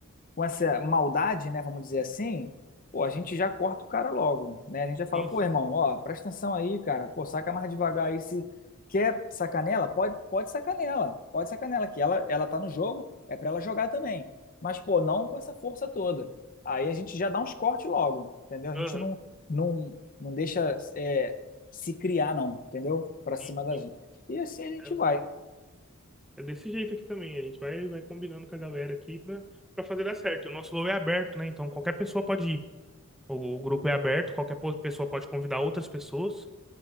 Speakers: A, on the left; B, in the centre.
A: com essa maldade, né, vamos dizer assim, pô, a gente já corta o cara logo, né? A gente já fala,
B: Sim,
A: pô,
B: sim.
A: irmão, ó, presta atenção aí, cara, pô, saca mais devagar aí, se quer sacanela, pode, pode sacanela, pode sacanela, que ela, ela tá no jogo, é pra ela jogar também, mas, pô, não com essa força toda. Aí a gente já dá uns cortes logo, entendeu? A gente
B: Aham,
A: não, não, não deixa é, se criar, não, entendeu? Pra cima
B: sim,
A: da
B: sim.
A: gente. E assim a gente
B: É,
A: vai.
B: é desse jeito aqui também. A gente vai, vai combinando com a galera aqui pra, pra fazer dar certo. E o nosso voo é aberto, né? Então qualquer pessoa pode ir. O, o grupo é aberto, qualquer po- pessoa pode convidar outras pessoas.